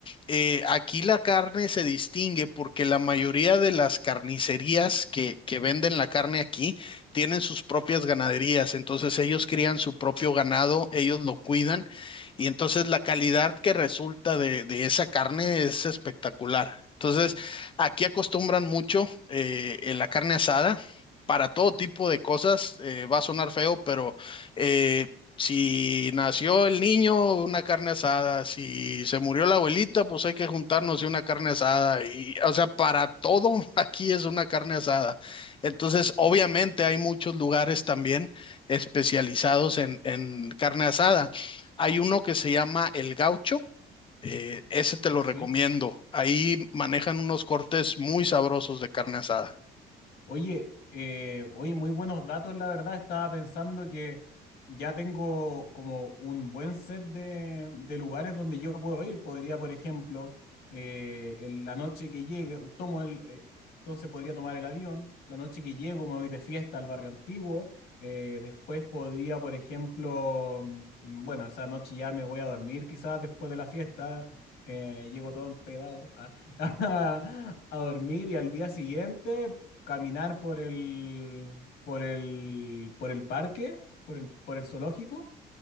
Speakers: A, on the left; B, on the left.
A: eh, aquí la carne se distingue porque la mayoría de las carnicerías que, que venden la carne aquí tienen sus propias ganaderías, entonces ellos crían su propio ganado, ellos lo cuidan y entonces la calidad que resulta de, de esa carne es espectacular. Entonces aquí acostumbran mucho eh, eh, la carne asada. Para todo tipo de cosas, eh, va a sonar feo, pero eh, si nació el niño, una carne asada. Si se murió la abuelita, pues hay que juntarnos y una carne asada. Y, o sea, para todo <laughs> aquí es una carne asada. Entonces, obviamente hay muchos lugares también especializados en, en carne asada. Hay uno que se llama El Gaucho. eh, ese te lo
B: Sí.
A: recomiendo. Ahí manejan unos cortes muy sabrosos de carne asada.
B: Oye, eh, oye, muy buenos datos, la verdad. Estaba pensando que ya tengo como un buen set de, de lugares donde yo puedo ir. Podría, por ejemplo, eh, en la noche que llegue, tomo el, eh, entonces podría tomar el avión. La noche que llego me voy de fiesta al barrio antiguo. Eh, después podría, por ejemplo, mm, bueno, esa noche ya me voy a dormir quizás después de la fiesta. eh, llego todo empedado. a <laughs> a, dormir y al día siguiente caminar por el, por el, por el parque, por el, por el zoológico,